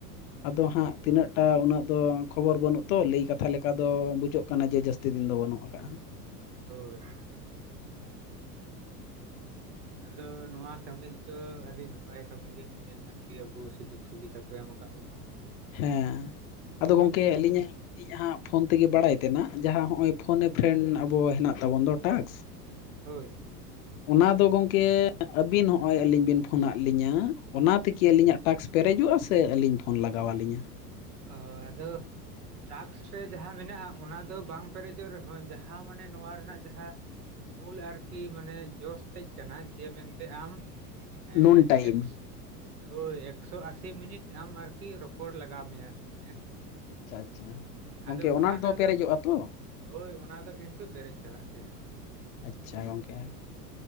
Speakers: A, on the left; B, on the right.
A: ᱟᱫᱚ ᱦᱟᱸᱜ ᱛᱤᱱᱟᱹᱜ ᱴᱟ ᱩᱱᱟᱹᱜ ᱫᱚ ᱠᱷᱚᱵᱚᱨ ᱵᱟᱱᱩᱛᱚ ᱞᱟᱹᱭ ᱠᱟᱛᱷᱟ ᱞᱮᱠᱟ ᱫᱚ ᱵᱩᱡᱟᱹᱜ ᱠᱟᱱᱟ ᱡᱮ ᱡᱟᱹᱥᱛᱤ ᱫᱤᱱ ᱫᱚ ᱵᱟᱹᱱᱩᱜᱼᱟ <inaudible>
B: ᱦᱳᱭ ᱟᱫᱚ ᱱᱚᱣᱟ ᱠᱟᱹᱢᱤ ᱨᱮᱛᱚ ᱟᱹᱰᱤ ᱱᱟᱯᱟᱭ ᱠᱟᱹᱢᱤᱜᱤ ᱢᱤᱫᱴᱮᱱ ᱟᱨᱠᱤ ᱟᱵᱩ ᱥᱩᱡᱳᱜ ᱥᱩᱵᱤᱛᱟ ᱠᱚ ᱮᱢ ᱟᱠᱟᱫ ᱵᱚᱱᱟ
A: ᱦᱮᱸ ᱟᱫᱚ ᱜᱚᱢᱠᱮ ᱟᱹᱞᱤᱧᱟᱜᱞᱤᱧ ᱦᱟᱸᱜ ᱯᱷᱳᱱ ᱛᱮᱜᱮ ᱵᱟᱲᱟᱭ ᱛᱮᱱᱟᱜ ᱡᱟᱦᱟᱸᱜ ᱱᱚᱼᱚᱭ ᱯᱷᱳᱱ ᱮ ᱯᱷᱨᱮᱱᱰ ᱟᱵᱚ ᱦᱮᱱᱟᱜ ᱛᱟᱵᱚᱱ ᱫᱚ ᱴᱟᱠᱥᱠ
B: ᱦᱳᱭ
A: ᱚᱱᱟ ᱫᱚ ᱜᱚᱝᱠᱮ ᱟᱹᱵᱤᱱ ᱦᱚᱸᱜᱼᱚᱭ ᱟᱹᱞᱤᱧ ᱵᱤᱱᱳᱱ ᱯᱷᱳᱱᱟᱜ ᱞᱤᱧᱟᱹ ᱚᱱᱟ ᱛᱮᱜᱤ ᱟᱹᱞᱤᱧᱟᱜ ᱴᱟᱠᱥ ᱯᱮᱨᱮᱡᱚᱜᱼᱟ ᱥᱮ ᱟᱹᱞᱤᱧ ᱯᱷᱳᱱ ᱞᱟᱜᱟᱣ ᱟᱹᱞᱤᱧᱟᱹ
B: ᱚ ᱟᱫᱚ ᱴᱟᱠᱥ ᱨᱮ ᱡᱟᱦᱟᱸ ᱢᱮᱱᱟᱜᱼᱟ ᱚᱱᱟ ᱫᱚ ᱵᱟᱝ ᱯᱮᱨᱮᱡᱚᱜ ᱨᱮᱦᱚᱸ ᱡᱟᱦᱟᱸ ᱢᱟᱱᱮ ᱱᱚᱣᱟ ᱨᱮᱱᱟᱜ ᱡᱟᱦᱟᱸ ᱢᱩᱞ ᱟᱨᱠᱤ ᱢᱟᱱᱮ ᱡᱚᱥ ᱛᱮᱡ ᱠᱟᱱᱟ ᱡᱮ ᱢᱮᱱᱛᱮ ᱟᱢ ᱦᱮᱸ
A: ᱱᱩᱱ ᱴᱟᱭᱤᱢ
B: ᱮᱠ ᱦᱳᱭ ᱮᱠᱥᱳ ᱟᱥᱤ ᱢᱤᱱᱤᱴ ᱟᱢ ᱟᱨᱠᱤ ᱨᱚᱯᱚᱲ ᱞᱟᱜᱟᱣ ᱢᱮᱭᱟ ᱦᱮᱸ ᱥᱮ
A: ᱟᱪᱪᱷᱟ ᱟᱪᱪᱷᱟ ᱜᱚᱝᱠᱮ
B: ᱟᱫᱚ ᱚᱱᱟᱴᱟᱜ
A: ᱚᱱᱟ ᱨᱮᱫᱚ ᱯᱮᱨᱮᱡᱚᱜᱼᱟ
B: ᱫᱚ
A: ᱛᱚ
B: ᱦᱳᱭ ᱚᱱᱟ ᱫᱚ ᱠᱤᱱᱛᱩ ᱯᱮᱨᱮᱡ ᱪᱟᱞᱟᱜ ᱜᱮᱭᱟ
A: ᱟᱪᱪᱷᱟ ᱜᱚᱝᱠᱮ